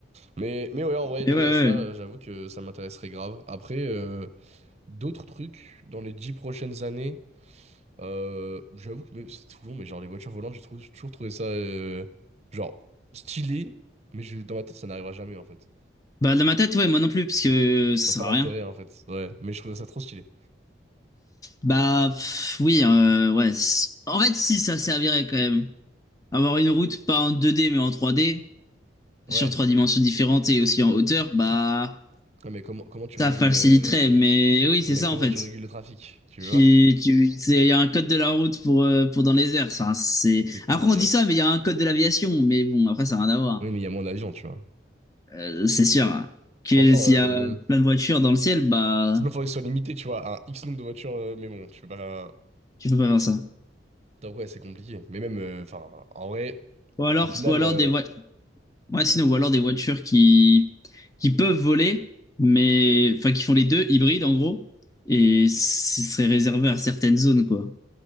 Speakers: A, on the right (about 35°); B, on the left (about 20°).
A: Mais, mais ouais, en vrai, déjà,
B: mais ouais ouais
A: à ça, euh, j'avoue que ça m'intéresserait grave. Après, euh, d'autres trucs dans les dix prochaines années, euh, j'avoue que mais c'est tout long, mais genre les voitures volantes, j'ai trou- toujours trouvé ça euh, genre stylé, mais je, dans ma tête, ça n'arrivera jamais, en fait.
B: bah dans ma tête ouais moi non plus parce que ça
A: Je vois
B: sert
A: pas l'intérêt
B: à rien
A: en fait. Ouais. Mais je trouvais ça trop stylé.
B: Bah pff, oui, euh, ouais. c- En fait, si ça servirait quand même. Avoir une route pas en 2D mais en 3D,
A: Ouais.
B: sur trois dimensions différentes et aussi en hauteur, bah
A: Non, mais comment comment tu
B: ça
A: régules
B: faciliterait.
A: euh,
B: Mais oui, c'est
A: non, mais
B: ça
A: comment
B: en fait.
A: tu régules le trafic, tu
B: Tu,
A: vois?
B: tu, c'est- il y a un code de la route pour, euh, pour dans les airs. Ça, c'est...
A: C'est compliqué.
B: Après, on dit ça, mais il y a un code de l'aviation. Mais bon, après, ça n'a rien à voir.
A: Oui, mais il y a moins d'avions, tu vois.
B: Euh, c'est sûr hein, que
A: Sans genre
B: s'il
A: euh...
B: y a plein de voitures dans le ciel, bah
A: sinon faudrait que ce soit limité, tu vois, à un X nombre de voitures, euh, mais bon, tu peux pas.
B: tu peux pas faire ça.
A: Donc ouais, c'est compliqué. Mais même euh, enfin en vrai,
B: Ou alors,
A: au final
B: ou alors
A: euh,
B: des voitures. Ouais, sinon,
A: vas-y.
B: ou alors des voitures qui, qui peuvent voler, mais enfin qui font les deux, hybrides en gros, et ce serait réservé à certaines zones, quoi,